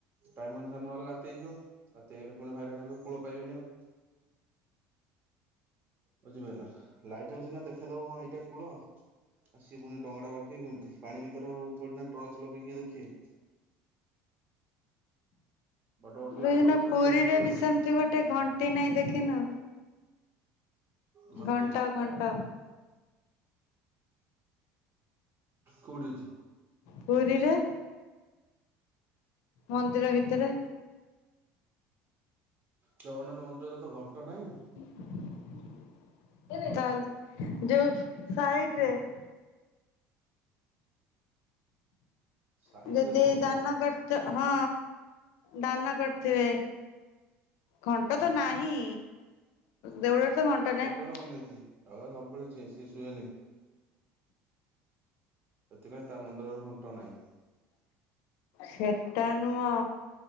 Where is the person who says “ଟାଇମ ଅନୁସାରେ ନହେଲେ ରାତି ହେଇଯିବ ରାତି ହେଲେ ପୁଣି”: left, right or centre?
Right